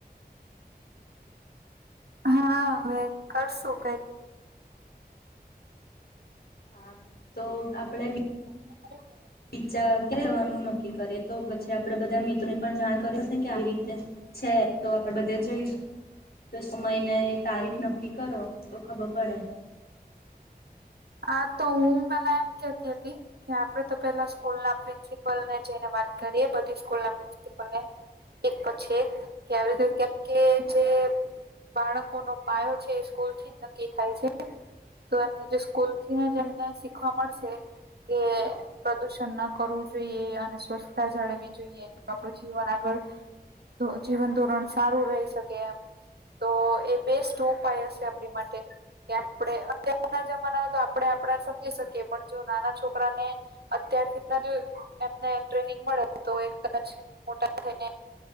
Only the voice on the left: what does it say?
હા, તો આપણેે વિ
ચાર ક્યારે જવાનું નક્કી કરીએ તો પછી કે આપડે બધા મિત્રોને પણ જાણ કરવી પડશે ને કે આવી રીતે છે. તો આપડે બધાં જઈશું. તો સમય ને તારીખ નક્કી કરો તો ખબર પડે.